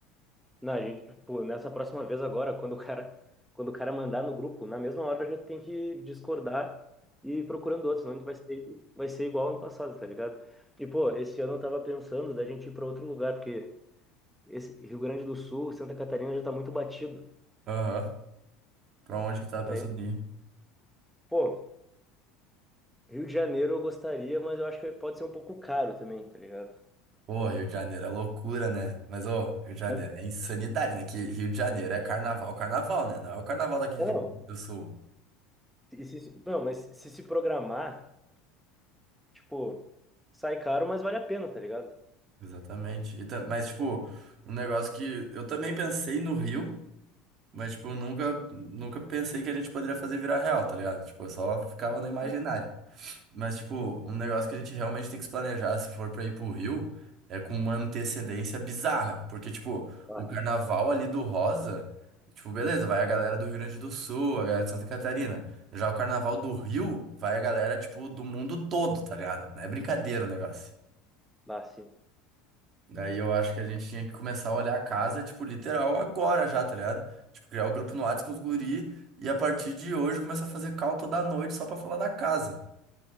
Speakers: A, in the centre; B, on the right.
A: Não, a gente, tipo, nessa próxima vez agora, quando o cara, quando o cara mandar no grupo, na mesma hora já tem que discordar e ir procurando outros, senão a gente vai ser, vai ser igual ano passado, tá ligado? E, pô, esse ano eu tava pensando da gente ir pra outro lugar, porque esse Rio Grande do Sul, Santa Catarina já tá muito batido.
B: Aham. Pra onde que tava
A: Daí,
B: pensando em ir?
A: pô, Rio de Janeiro eu gostaria, mas eu acho que pode ser um pouco caro também, tá ligado?
B: Pô, Rio de Janeiro é loucura, né? Mas, ô, Rio de Janeiro
A: É,
B: é insanidade, né? Que Rio de Janeiro é carnaval, carnaval, né? Não é o carnaval daqui de-
A: Não,
B: do Sul.
A: se- se- se- não, mas se se programar, tipo, sai caro, mas vale a pena, tá ligado?
B: Exatamente. E tam- mas, tipo, um negócio que eu também pensei no Rio, mas, tipo, nunca, nunca pensei que a gente poderia fazer virar real, tá ligado? Tipo, eu só ficava no imaginário.
A: Sim.
B: Mas, tipo, um negócio que a gente realmente tem que se planejar se for pra ir pro Rio é com uma antecedência bizarra. Porque, tipo,
A: Bah,
B: o carnaval ali do Rosa, tipo, beleza, vai a galera do Rio Grande do Sul, a galera de Santa Catarina. Já o carnaval do Rio, vai a galera, tipo, do mundo todo, tá ligado? Não é brincadeira o negócio.
A: bah, sim.
B: Daí eu acho que a gente tinha que começar a olhar a casa, tipo, literal agora já, tá ligado? Tipo, criar o grupo no WhatsApp com os guri e a partir de hoje começar a fazer call toda noite só pra falar da casa.